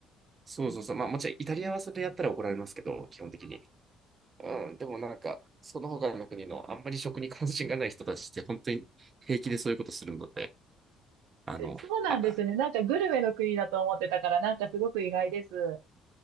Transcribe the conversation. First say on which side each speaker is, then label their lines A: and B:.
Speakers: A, on the right (about 40°); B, on the right (about 85°).
A: そうそうそう。まあもちろんイタリアはそれやったら怒られますけど、基本的に。うん。でもなんか、その他の国のあんまり食に関心がない人たちって本当に平気でそういうことするので、あの、
B: そうなんですね。
A: あ、
B: なんかグルメの国だと思ってたから、なんかすごく意外です。